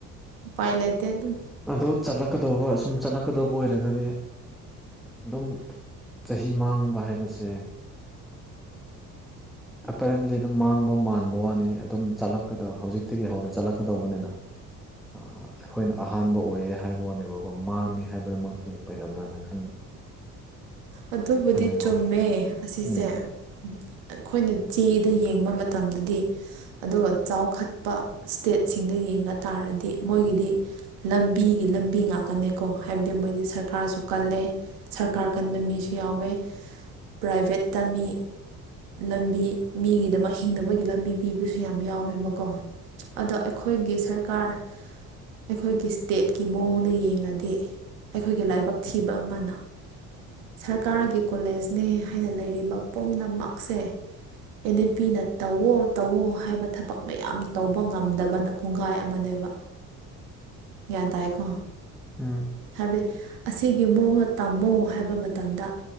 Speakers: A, on the right (about 65°); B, in the centre.
A: ꯎ ꯄꯥꯏ ꯂꯩꯇꯦ ꯑꯗꯨꯝ
B: ꯑꯗꯨ ꯆꯠꯂꯛꯀꯗꯧꯕ ꯁꯨꯝ ꯆꯠꯂꯛꯀꯗꯧꯕ ꯑꯣꯏꯔꯒꯗꯤ ꯑꯗꯨꯝ ꯆꯍꯤ ꯃꯥꯡꯕ ꯍꯥꯏꯕꯁꯦ ꯑꯦꯄꯦꯔꯦꯟꯂꯤ ꯑꯗꯨꯝ ꯃꯥꯡꯕ ꯃꯥꯟꯕ ꯋꯥꯅꯤ ꯑꯗꯨꯝ ꯆꯠꯂꯛ ꯗ ꯍꯧꯖꯤꯛꯇꯒꯤ ꯍꯧꯅ ꯆꯠꯂꯛꯀꯗꯧꯕꯅꯤꯅ ꯑꯩꯈꯣꯏꯅ ꯑꯍꯥꯟꯕ ꯑꯣꯏꯌꯦ ꯍꯥꯏꯕ ꯋꯥꯅꯦꯕꯀꯣ ꯃꯥꯡꯉꯦ ꯍꯥꯏꯕꯗꯨꯃꯛꯇꯤ ꯑꯣꯏꯗꯕ꯭ꯔꯅ ꯈꯟ
A: ꯑꯗꯨꯕꯨꯗꯤ
B: ꯈꯜꯂꯦꯀꯣ
A: ꯆꯨꯝꯃꯦ ꯑꯁꯤꯁꯦ
B: ꯎꯝ
A: ꯑꯩꯈꯣꯏꯅ ꯆꯦꯗ ꯌꯦꯡꯕ ꯃꯇꯝꯗꯗꯤ ꯑꯗꯨꯒ ꯆꯥꯎꯈꯠꯄ ꯁ꯭ꯇꯦꯠꯁꯤꯡꯗ ꯌꯦꯡꯕ ꯇꯥꯔꯗꯤ ꯃꯣꯏꯒꯤꯗꯤ ꯂꯝꯕꯤꯒꯤ ꯂꯝꯕꯤ ꯉꯥꯛꯀꯅꯦꯀꯣ ꯍꯥꯏꯕꯗꯤ ꯃꯣꯏꯗꯤ ꯁꯔꯀꯥꯔꯁꯨ ꯀꯜꯂꯦ ꯁꯔꯀꯥꯔ ꯀꯟꯕ ꯃꯤꯁꯨ ꯌꯥꯎꯋꯦ ꯄ꯭ꯔꯥꯏꯚꯦꯠꯇ ꯃꯤ ꯂꯝꯕꯤ ꯃꯤꯒꯤꯗꯃꯛ ꯍꯤꯡꯅꯕꯒꯤ ꯂꯝꯕꯤ ꯄꯤꯕꯁꯨ ꯌꯥꯝ ꯌꯥꯎꯋꯦꯕꯀꯣ ꯑꯗꯣ ꯑꯩꯈꯣꯏꯒꯤ ꯁꯔꯀꯥꯔ ꯑꯩꯈꯣꯏꯒꯤ ꯁ꯭ꯇꯦꯠꯀꯤ ꯃꯑꯣꯡꯗ ꯌꯦꯡꯉꯗꯤ ꯑꯩꯈꯣꯏꯒꯤ ꯂꯥꯏꯕꯛ ꯊꯤꯕ ꯑꯃꯅ ꯁꯔꯀꯥꯔꯒꯤ ꯀꯣꯂꯦꯖꯅꯦ ꯍꯥꯏꯅ ꯂꯩꯔꯤꯕ ꯄꯨꯝꯅꯃꯛꯁꯦ ꯑꯦꯟ ꯑꯦ ꯄꯤꯅ ꯇꯧꯋꯣ ꯇꯧꯋꯣ ꯍꯥꯏꯕ ꯊꯕꯛ ꯃꯌꯥꯝ ꯇꯧꯕ ꯉꯝꯗꯕꯅ ꯈꯣꯡꯒꯥꯏ ꯑꯃꯅꯦꯕ
B: <inaudible>
A: ꯌꯥ ꯇ ꯑꯏꯀꯣ
B: ꯎꯝ
A: ꯍꯥꯏꯕꯗꯤ ꯑꯁꯤꯒꯤ ꯃꯑꯣꯡꯗ ꯇꯝꯃꯣ ꯍꯥꯏꯕ ꯃꯇꯝꯗ